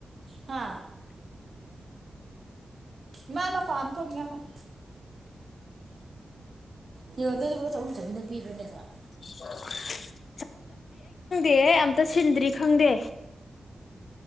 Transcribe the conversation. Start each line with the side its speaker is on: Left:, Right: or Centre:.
Right: ꯍꯥ ꯏꯃꯥ ꯑꯩ ꯃꯄꯥꯟ ꯑꯝꯇ ꯊꯣꯛꯈꯤꯒꯦ ꯉꯥꯏꯈꫭ ꯔꯤꯒꯨꯂꯦꯇꯔꯗꯨꯕꯨ ꯁꯍꯨꯝ ꯁꯃꯥꯔꯤ ꯗꯪꯄꯤꯕ꯭ꯔꯅꯦ ꯊꫭꯏ
Left: <inaudible> ꯑꯦ ꯑꯝꯇ ꯁꯤꯟꯗ꯭ꯔꯤ ꯈꯪꯗꯦ